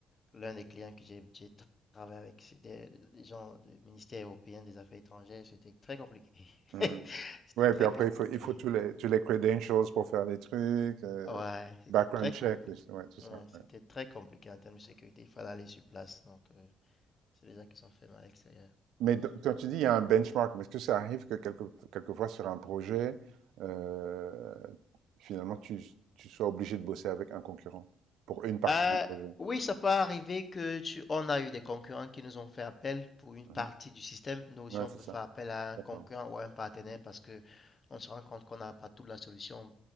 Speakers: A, on the left; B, on the right.
A: l'un des clients que j'ai j'ai travaillé avec, c'était des gens du ministère européen des Affaires étrangères. C'était très compliqué.
B: Mm,
A: <laughs>
B: mm.
A: C'était
B: Ouais,
A: très
B: puis après,
A: compliqué.
B: il faut, il faut
A: compliqué.
B: tous les, tous les credentials pour faire les trucs, euh,
A: Ouais, c'était
B: background
A: très
B: check,
A: compliqué.
B: des- ouais, tout ça.
A: Ouais, c'était
B: ouais.
A: très compliqué en termes de sécurité. Il fallait aller sur place. Donc, euh, c'est des gens qui sont faits mal à l'extérieur.
B: Mais do- quand tu dis il y a un benchmark, mais est-ce que ça arrive que quelque, quelquefois sur un projet, euh, finalement, tu, tu sois obligé de bosser avec un concurrent pour une partie
A: Euh,
B: du projet?
A: oui, ça peut arriver que tu... On a eu des concurrents qui nous ont fait appel pour une
B: Mhm.
A: partie du système. Nous aussi,
B: Ouais,
A: on
B: c'est
A: peut
B: ça.
A: faire appel à un
B: D'accord.
A: concurrent ou à un partenaire parce que on se rend compte qu'on n'a pas toute la solution